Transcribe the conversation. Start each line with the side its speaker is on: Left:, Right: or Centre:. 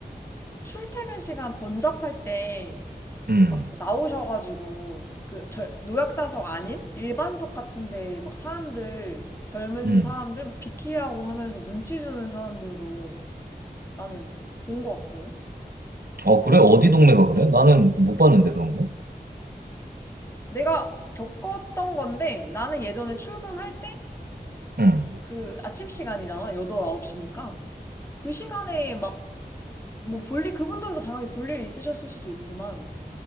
Left: 출퇴근 시간 번잡할 때
Right: 음.
Left: 막 나오셔가지고 그 절- 노약자석 아닌 일반석 같은데 막 사람들 젊은
Right: 음.
Left: 사람들 막 비키라고 하면서 눈치 주는 사람들도 나는 본 것 같거든.
Right: 어, 그래? 어디 동네가 그래? 나는 못 봤는데, 그런 거.
Left: 내가 겪었던 건데 나는 예전에 출근할 때
Right: 응.
Left: 그 아침 시간이잖아. 8, 9시니까. 그 시간에 막, 뭐 볼일, 그분들도 당연히 볼일이 있으셨을 수도 있지만,